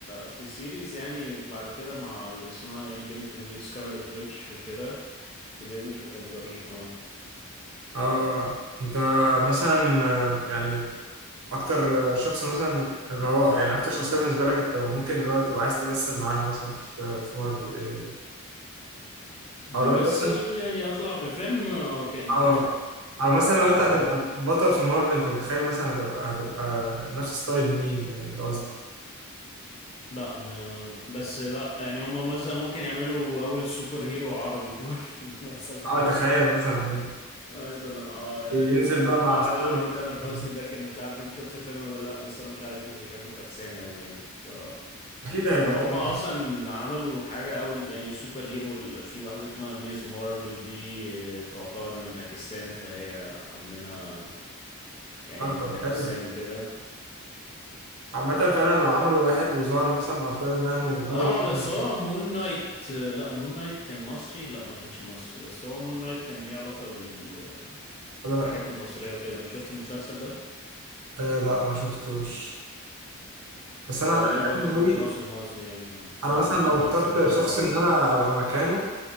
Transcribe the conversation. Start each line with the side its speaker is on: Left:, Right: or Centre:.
Left: في سيريز يعني بعد كده مع اللي اسمها ايه البنت دي سكارلت ويتش وكده في ديزني فكان ظريف اه
Right: اه انت مثلا آه، يعني اكتر شخص مثلا اللي هو يعني اكتر شخصيه بالنسبه لك انت ممكن اللي هو تبقى عايز تمثل معاها مثلا في في مارفل إيه؟
Left: ممثل
Right: او لو انت مثلا
Left: يعني اطلع في فيلم آه، كان
Right: اه او مثلا لو
Left: <laughs>
Right: انت هتبقى بطل في مارفل انت متخيل مثلا هتبقى هتبقى نفس ستايل مين يعني ده قصدي
Left: لا م... بس لا يعني هما مثلا ممكن يعملوا اول سوبر هيرو عربي في مارفل <laughs> مثلا
Right: اه تخيل مثلا
Left: مثلا اه يعني
Right: ينزل
Left: الحوار
Right: بقى مع سبايدر
Left: اللي عمله تامر حسني
Right: مان.
Left: ده كان مش عارف انت شفت الفيلم ولا لا بس انا مش عايز اشوفه شكله فكسان قوي يعني ف
Right: اكيد هيبقى
Left: ما
Right: طبعا
Left: هما اصلا عملوا حاجة اول يعني سوبر هيرو ال- في واحدة اسمها ميز مارفل دي آه، تعتبر من باكستان فهي عاملينها يعني
Right: اه
Left: من
Right: طب
Left: باكستان
Right: حلو
Left: وكده
Right: عامة فعلا لو عملوا واحد وظهر مثلا مع سبايدر مان وايرون
Left: اه
Right: مان
Left: بس هو مون نايت لا مون نايت كان مصري لا ما كانش مصري بس هو مون نايت كان ليه علاقة بال
Right: لا
Left: الحاجات المصرية وكده انت شفت المسلسل ده
Right: آه لا ما شفتوش بس انا
Left: هو
Right: انا
Left: ليه
Right: عجبني
Left: علاقة بالتراث
Right: قوي
Left: المصري يعني القوة
Right: انا مثلا
Left: بتاعته
Right: لو
Left: بيستخدمها
Right: اخترت شخص
Left: الفراعنة
Right: ان انا ابقى مكانه